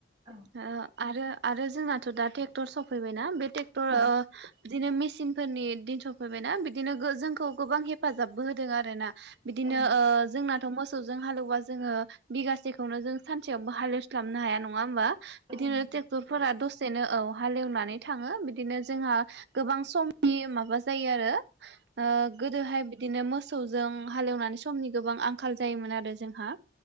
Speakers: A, on the right; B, on the right.
A: औ
B: ओ आरो आरो जोंनाथ' दा टेक्टर सफैबायना बे ट्रेक्टर ओ
A: औ
B: बिदिनो मेसिनफोरनि दिन सफैबायना बिदिनो गो जोंखौ गोबां हेफाजाबबो होदों आरोना। बिदिनो
A: नंगौ
B: ओ जोंनाथ' मोसौजों हालौबा जोङो बिगासेखौनो जों सान सेआवबो हालौस्लाबनो हाया नङा होमबा बिदिनो
A: औ नंगौ
B: टेक टरफोरा दसेनो औ हालेवनानै थाङो बिदिनो जोंहा गोबां समनि माबा जायो आरो ओ गोदोहाय बि दिनो मोसौजों हालेवनानै समनि गोबां आंखाल जायोमोन आरो जोंहा